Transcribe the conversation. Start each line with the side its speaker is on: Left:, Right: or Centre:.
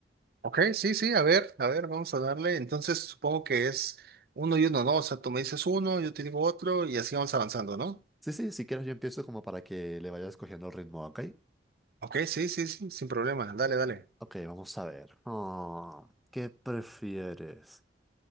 Right: Ok, sí, sí, a ver, a ver, vamos a darle. Entonces supongo que es uno y uno, ¿no? O sea, tú me dices uno, yo te digo otro y así vamos avanzando, ¿no?
Centre: Sí, sí, si quieres yo empiezo como para que le vayas cogiendo el ritmo, ¿ok?
Right: Ok, sí, sí, sí, sin problema, dale, dale.
Centre: Ok, vamos a ver. Ah, ¿qué prefieres?